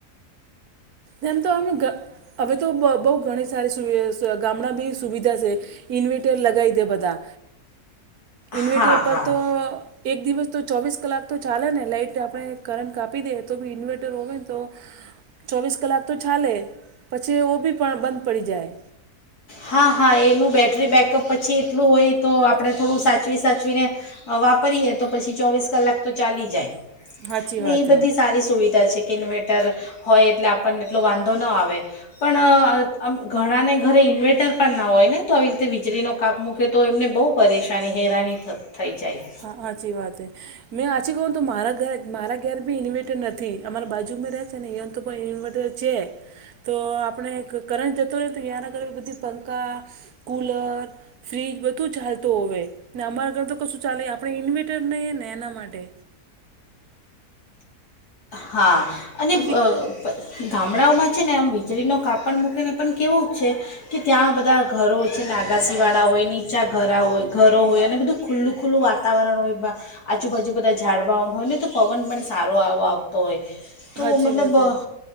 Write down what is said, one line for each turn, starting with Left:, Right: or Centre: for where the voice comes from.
Right: જેમ તો અમે હવે તો બહુ ઘણી સારી ગામડા બી સુવિધા છે. ઈન્વેટર લગાવી દે બધા ઇન્વેટર
Left: હા
Right: પર
Left: હા
Right: તો એક દિવસ તો ચોવીસ કલાક તો ચાલે ને લાઈટ આપણે કરંટ કાપી દઈએ તો બી ઇન્વર્ટર હોય ને તો ચોવીસ કલાક તો ચાલે પછી ઓ બી પણ બંધ પડી જાય.
Left: હા હા એનું બેટરી બેકઅપ પછી એટલું હોય તો આપણે થોડું સાચવી સાચવીને વાપરીએ તો પછી ચોવીસ કલાક તો ચાલી જાય.
Right: સાચી વાત
Left: એ બધી
Right: હે
Left: સારી સુવિધા છે કે <unintelligible> હોય એટલે આપણને એટલો વાંધો ન આવે પણ આ આમ ઘણાને ઘરે ઇન્વેટ ટર પણ ના હોય ને તો આવી રીતે વીજળીનો કાપ મૂકે તો એમને બહુ પરેશાની હેરાની થ થઈ જાય.
Right: હા હા હાચી વાત હે. મેં હાચી કહું તો મારા ઘરે મારા ઘેર બી ઇન્વેર્ટર નથી અમારા બાજુમાં રહે છે ને અહીંય તો પણ ઇવેર્ટર છે તો આપણે કા કરંટ જતું રહે તો અહીંયા ના ઘરે બધી પંખા કુલર ફ્રીજ બધું ચાલતો હોવે ના અમારા ઘર તો કશું ચાલે આપણે ઇન્વેટર નહીંએ ને એના માટે
Left: હા અને
Right: બાકી
Left: અ ગામડાઓમાં છે ને આમ વીજળીનો કાપડ મૂકીને પણ કેવુંક છે કે ત્યાં બધા ઘરો છે આગાસી વાળા હોય ની ચા ઘરા હોય, ઘરો હોય અને બધું ખુલ્લું-ખુલ્લું વાતાવરણ હોય બા આજુબાજુ બધા ઝાડવાઓ હોય ને તો પવન પણ સારો આવ આવ તોય તો
Right: હાચી
Left: તો મતલબ
Right: વાત
Left: અહ
Right: હે.